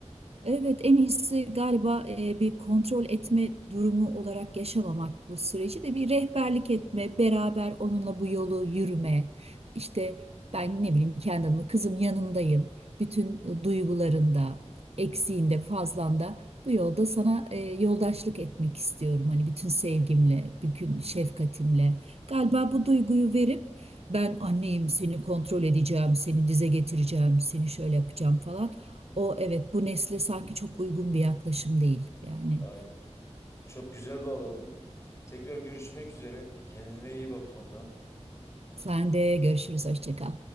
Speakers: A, on the right; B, on the left.
A: Evet, en iyisi galiba e, bir kontrol etme durumu olarak yaşamamak bu süreci de bir rehberlik etme, beraber onunla bu yolu yürüme. İşte ben ne bileyim kendi adıma kızım yanındayım. Bütün e, duygularında, eksiğinde, fazlanda bu yolda sana e, yoldaşlık etmek istiyorum. Hani bütün sevgimle, bütün
B: Hı hı.
A: şefkatimle. Galiba bu duyguyu verip ben anneyim, seni kontrol edeceğim, seni dize getireceğim, seni şöyle yapacağım falan. O evet bu nesle sanki çok uygun bir yaklaşım değil. Yani
B: Aynen. Çok güzel bağladın. Tekrar görüşmek üzere. Kendine iyi bak Handan.
A: sen de görüşürüz hoşça kal.